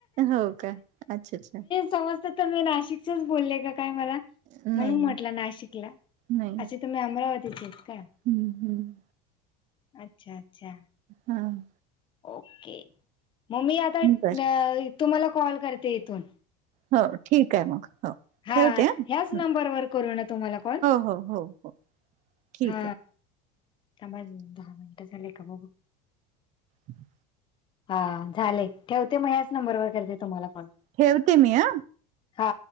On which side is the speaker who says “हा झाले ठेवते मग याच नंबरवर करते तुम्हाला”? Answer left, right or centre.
Left